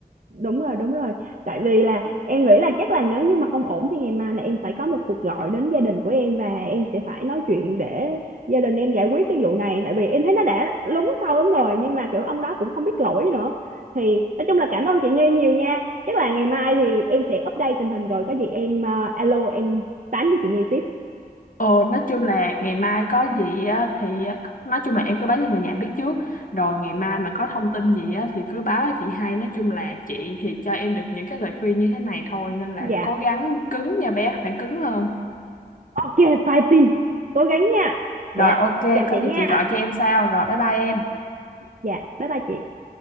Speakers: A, on the right (about 55°); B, on the left (about 55°).
A: đúng rồi đúng rồi tại vì là em nghĩ là chắc là nếu như mà không ổn thì ngày mai là em phải có một cuộc gọi đến gia đình của em và em sẽ phải nói chuyện để gia đình em giải quyết cái vụ này tại vì em thấy nó đã lúng sâu lắm rồi nhưng mà kiểu ông đó cũng không biết lỗi nữa thì nói chung là cảm ơn chị Như nhiều nha chắc là ngày mai thì em sẽ update tình hình rồi có gì em ờ, alo em tán với chị Như tiếp
B: ờ nói chung là ngày mai có gì á, thì á, nói chung là em cứ báo cho người nhà biết trước rồi ngày mai mà có thông tin gì á, thì cứ báo cho chị hay nói chung là chị thì cho em được những cái lời khuyên như thế này thôi nên là
A: dạ
B: cố gắng cứng nha bé phải cứng hơn
A: ok bye Tin cố gắng nha dạ
B: Rồi ok,
A: chào
B: có
A: chị
B: gì
A: nha
B: chị gọi cho em sau. Rồi bye bye em.
A: dạ bye bye chị